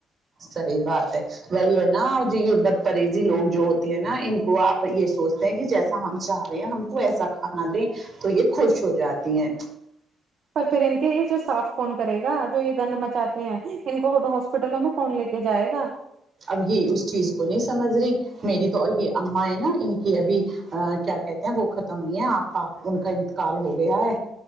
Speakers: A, on the right; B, on the right.
A: صحی بات ہے وہی ہے نا یہ بدپریریزی لوگ جو ہوتے ہیں نا ان کو آپ یہ سوچتے ہیں کہ جیسا ہم چاہ رہے ہیں ہم کو ایسا کھانا دیں تو یہ خوش ہو جاتی ہیں
B: پر پھر ان کے ہی جو صاف کون کرے گا جو یہ گند مچاتے ہیں ان کو ہاسپٹلوں میں فون لے کے جائے گا
A: اب یہ اس چیز کو نہیں سمجھ رہی میری تو اور یہ اما ہے نا ان کی ابھی کیا کہتے ہیں وہ ختم ہوئی ہیں آپ کا ان کا انتقال ہو گیا ہے